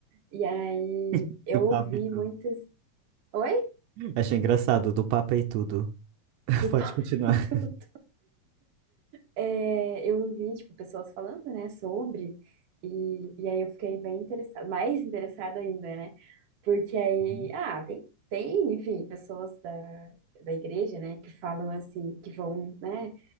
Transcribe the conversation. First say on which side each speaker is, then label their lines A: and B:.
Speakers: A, on the right; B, on the right.
A: E aí
B: <laughs>
A: eu
B: Do Papa
A: ouvi
B: e tudo.
A: muitas. Oi?
B: Achei engraçado, do Papa e tudo. <laughs>
A: Do
B: Pode
A: Papa.
B: continuar.
A: <laughs> e tudo. É, eu ouvi, tipo, pessoas falando, né, sobre. E, e aí eu fiquei bem interessada, mais interessada ainda, né? Porque aí,
B: Uhum.
A: ah, tem, tem, enfim, pessoas da, da igreja, né, que falam assim, que vão, né?